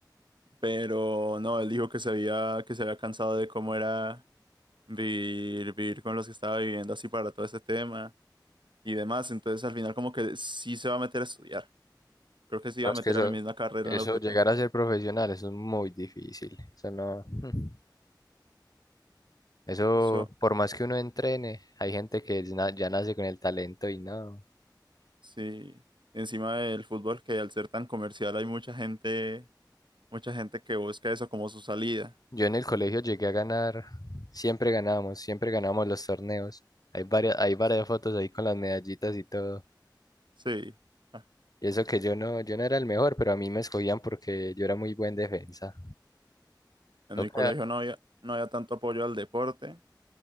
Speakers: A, on the right; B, on the left.
A: Pero no, él dijo que se había, que se había cansado de cómo era vivir, vivir con los que estaba viviendo así para todo ese tema y demás. Entonces al final como que sí se va a meter a estudiar. Creo que sí
B: No,
A: iba
B: es
A: a meter
B: que eso,
A: a mi misma carrera
B: eso,
A: en la UTP.
B: llegar a ser profesional, eso es muy difícil. Eso no, <laughs> mm. eso,
A: Eso
B: por más que uno entrene, hay gente que es na- ya nace con el talento y no.
A: sí. Encima del fútbol, que al ser tan comercial hay mucha gente, mucha gente que busca eso como su salida.
B: Yo en el colegio llegué a ganar, siempre ganábamos, siempre ganábamos los torneos. Hay varias, hay varias fotos ahí con las medallitas y todo.
A: Sí. Ah,
B: Y eso que yo no, yo no era el mejor, pero a mí me escogían porque yo era muy buen defensa.
A: En
B: Toca.
A: mi colegio no había, no había tanto apoyo al deporte,